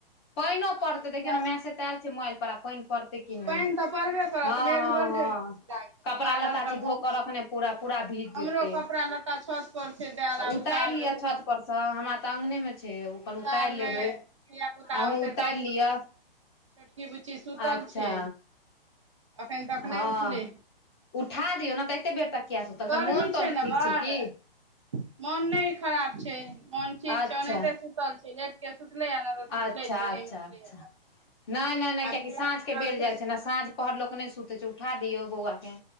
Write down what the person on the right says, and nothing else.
हँ
जाउ
पानि तऽ पड़बे करत
मेघ
बड़
जोर छै लागल
बादल
तऽ
बड़ छै
हमरो कपड़ा लत्ता छत पर छै दैल आब
उतारबै
देखियौ
उतारबै
धिया पुता
औतै
तब ने
छोटकी बुच्ची सुतल
छै एखन तक
नहि उठलै
गर्मी
ने
बड़
मोन नय खराब छै मोन ठीक
छै ओनाहिते सुतल छै लेट के सुतलै सुतले या नहि तऽ
छै
नहि उठलै
या
आब
धिया
पुता
रहतै
सुतल